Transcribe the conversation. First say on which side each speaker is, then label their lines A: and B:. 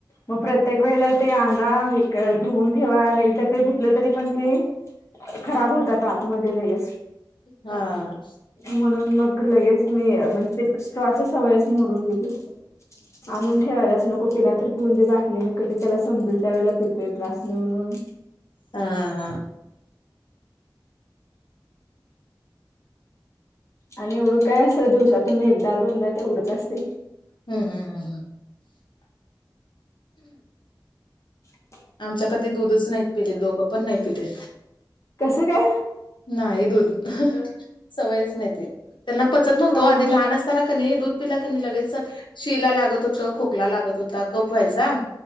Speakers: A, on the left; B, on the left.
A: मग प्रत्येक वेळेला एक ते आणा एक धुवून ठेवा नाहीतर ते धुतलं तरी पण ते खराब होतात आतमध्ये.
B: हा
A: म्हणून मग लगेच मी स्ट्रॉ ची सवयचं मोडून दिली. ठेवायलाच नको पिडा. तर पिऊन देे बाटले कधी त्याला समजेल त्यावेळेला पितोय ग्लासने म्हणून
B: हा हा
A: आणि एवढं काय असतं दिवसातून एकदा दोनदा तेवढंच असते.
B: हम् हम् हम हम
A: ह
B: आमच्या कधी दूधच नाहीत पिले दोघं पण नाही पिले.
A: कसं काय?
B: नाही दूध सवयच नाही ती त्याला पचत नव्हत
A: हा
B: ओ आधी
A: हा
B: लहान अस त्याला कने दूध पिल कने लगेच शिला लागत होत खोकला लागत होता कफ व्हायचा.